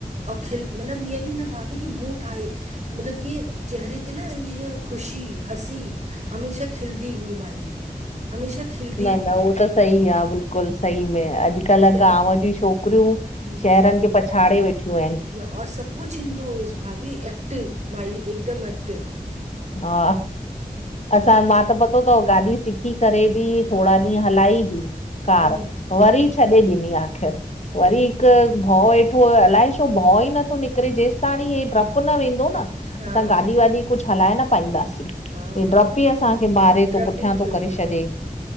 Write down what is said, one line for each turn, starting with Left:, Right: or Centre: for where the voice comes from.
Right: खिल मतिलब ईअं बि न भाभी की मूंंहुं ठाहे मतिलबु ईअं चेहिरे ते न ईअं खुशी हसी हमेशह खिलंदी हुई माई हमेशह खिलंदी
Left: न
Right: हुई
Left: न उहो त सही आ बिल्कुलु सही में अॼु अॼुकल्ह
Right: त
Left: गांव जी छोकिरियूं
Right: हुँ,
Left: शहरनि खे पछाड़े वेठियूं आहिनि।
Right: और सभु कुझु ईंदो हुयुसि भाभी एक्टिव माई हिकदमि एक्टिव
Left: हा असां मां त पतो थव गाॾी सिखी करे बि थोरा ॾींहं हलाई बि कार
Right: हुँ,
Left: वरी
Right: हुँ,
Left: छॾे ॾिनी आखिर वरी
Right: हुँ,
Left: हिक भउ वेठो अलाए छो भउ ई नथो निकरे जेेस ताणी ही डप न वेंदो न
Right: हाँ
Left: असां गाॾी वाॾी कुछ हलाए न पाईंदासीं।
Right: हाँ
Left: ही ड्रप ई असांखे मारे
Right: डपी
Left: थो पुठियां
Right: थोरो
Left: थो करे छॾे,